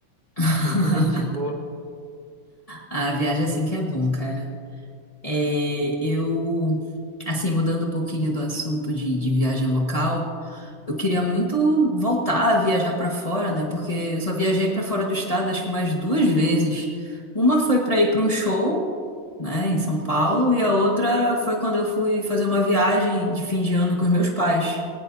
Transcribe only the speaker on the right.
<laughs>
muita gente boa.